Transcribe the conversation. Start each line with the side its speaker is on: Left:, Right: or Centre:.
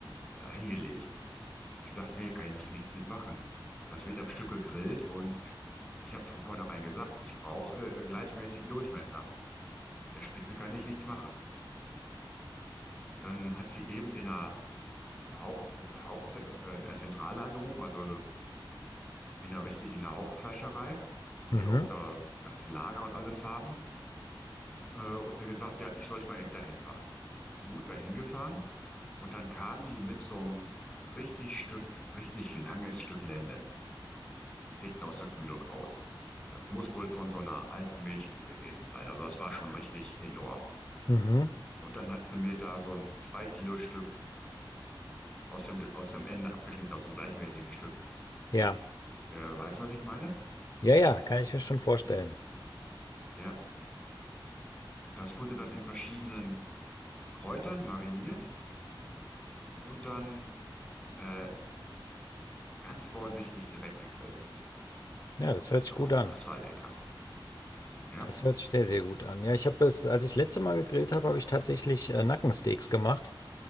Centre: dahingelegt. Ich dachte, nee, kann ich nicht, nichts mitmachen. Das wird am Stück gegrillt und ich, ich habe von vornherein gesagt, ich brauche äh, gleichmäßigen Durchmesser. Mit der Spitze kann ich nichts machen. Dann hat sie eben in der Haupt, äh, Haupt, äh, in der Zentrale angerufen, also in der richtigen, in der Hauptfleischerei, wo
Left: Mhm.
Centre: die auch da ganze Lager und alles haben, äh, und mir gesagt, ja, ich sollte mal eben dahin fahren. Gut, dahin gefahren. Und dann kamen die mit so einem richtig Stück, richtig langes Stück Lende hinten aus der Kühlung raus. Das muss wohl von so einer alten Milchkuh gewesen sein. Also das war schon richtig enorm.
Left: Mhm.
Centre: Und dann hat sie mir da so ein zwei Kilo Stück aus dem, aus dem Ende abgeschnitten, aus dem gleichmäßigen Stück.
Left: Ja,
Centre: Äh, weißt du, was ich meine?
Left: ja, ja, kann ich mir schon vorstellen.
Centre: Ja, das wurde dann in verschiedenen Kräutern mariniert und dann äh, ganz vorsichtig direkt gegrillt.
Left: Ja, das hört sich
Centre: Oh,
Left: gut an.
Centre: das war lecker. Ja,
Left: Das hört sich sehr, sehr gut an. Ja, ich habe es, als ich das letzte Mal gegrillt habe, habe ich tatsächlich äh, Nackensteaks gemacht.